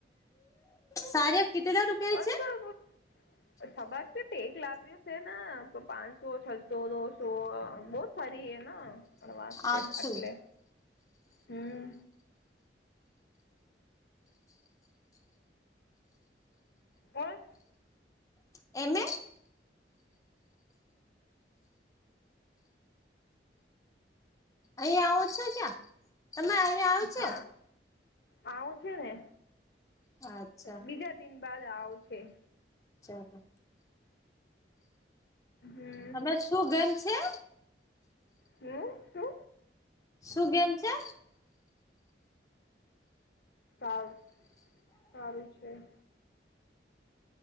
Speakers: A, on the left; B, on the left.
A: સારું કેટલાનું?
B: અસ
A: <unintelligible>
B: <unintelligible> સભજ છે, ટેક લાગ રહ્યો છે, પાંચસો, છસો, દોસો બહુ ફરીએ, ના અ વાસ્તે
A: આઠસો
B: એટલે હમ. હા.
A: એમે. અહીં આવો છો ક્યા? તમે અહીંયા આવો છો?
B: હા આવું છે ને,
A: અચ્છા
B: બીજા દિન બાદ આવું છે.
A: બ <unintelligible>
B: હમ
A: તમે શું ગમે છે?
B: હમ, શું?
A: શું ગેમ છે?
B: સારું, સારું છે.